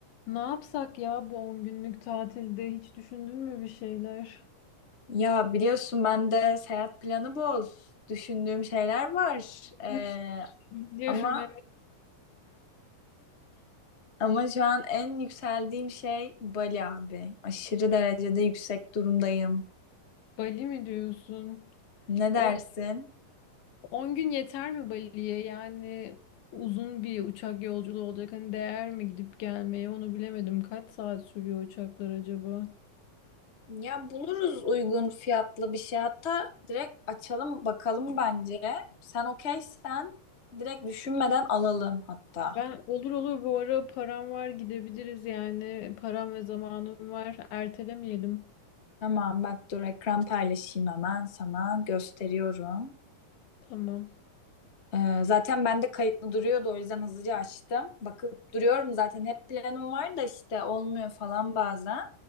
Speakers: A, on the left; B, on the left.
A: Ne yapsak ya bu 10 günlük tatilde hiç düşündün mü bir şeyler?
B: Ya biliyorsun ben de seyahat planı bol. Düşündüğüm şeyler var. Ee,
A: <laughs> Biliyorum
B: ama
A: evet.
B: ama şu an en yükseldiğim şey Bali abi. Aşırı derecede yüksek durumdayım.
A: Bali mi diyorsun?
B: Ne dersin?
A: 10, 10 gün yeter mi Bali'ye? Yani uzun bir uçak yolculuğu olacak. Hani değer mi gidip gelmeye onu bilemedim. Kaç saat sürüyor uçaklar acaba?
B: Ya buluruz uygun fiyatlı bir şey. Hatta direkt açalım bakalım bence. Sen okeysen direkt düşünmeden alalım hatta.
A: Ben olur olur bu ara param var gidebiliriz yani. Param ve zamanım var. Ertelemeyelim.
B: Tamam bak dur ekran paylaşayım hemen sana gösteriyorum.
A: Tamam.
B: Ee, zaten ben de kayıtlı duruyordu o yüzden hızlıca açtım. Bakıp duruyorum zaten hep planım var da işte olmuyor falan bazen.